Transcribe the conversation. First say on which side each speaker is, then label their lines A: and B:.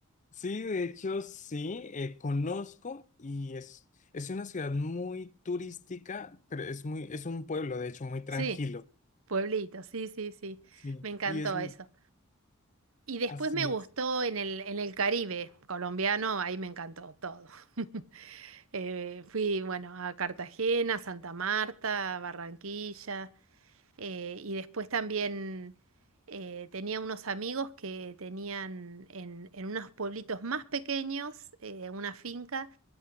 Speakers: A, on the left; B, on the right.
A: Sí, de hecho, sí, eh, conozco y es, es una ciudad muy turística, pero es muy, es un pueblo, de hecho, muy tranquilo.
B: Sí, pueblito, sí, sí, sí.
A: Sí,
B: Me encantó
A: y es,
B: eso. Y después
A: así
B: me gustó
A: es.
B: en el, en el Caribe colombiano, ahí me encantó todo. <laughs> Eh, fui, bueno, a Cartagena, Santa Marta, Barranquilla, eh, y después también eh, tenía unos amigos que tenían en, en unos pueblitos más pequeños eh, una finca